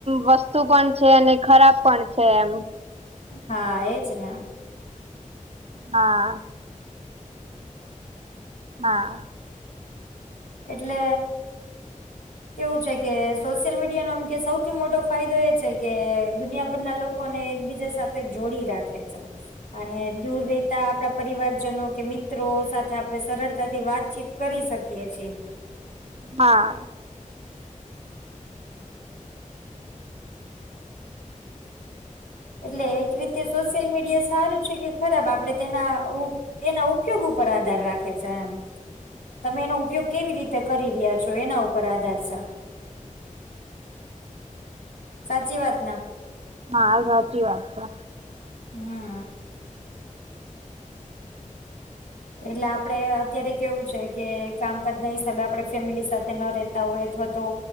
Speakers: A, on the right; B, on the left.
A: વસ્તુ પણ છે અને ખરાબ પણ છે એમ
B: હા એજ ને
A: હા હા
B: એટલે કેવું છે કે સોશિયલ મીડિયા નો આમ કે સૌથી મોટો ફાયદો એ છે કે દુનિયાભરના લો કોને એકબીજા સાથે જોડી રાખે છે. અને દૂર રેતા આપડા પરિવારજનો કે મિત્રો સાથે આપડે સરળતાથી વાતચીત કરી શકીએ છે
A: હા
B: એટલે એક રીતે સોશિયલ મીડિયા સારું છે, કે ખરાબ આપડે તેના ઉ એના ઉપયોગ ઉપર આધાર રાખે છે એમ તમે એનો ઉપયોગ કેવી રીતે કરી રહ્યા છો એના ઉપર આધાર છે. સાચી વાત ને
A: હા સાચી વાત છે.
B: હમ એટલે આપડે અત્યારે કેવું છે કે કામકાજ ના હિસાબે આપડે ફેમિલી સાથે ન રે તા હોય અથવા તો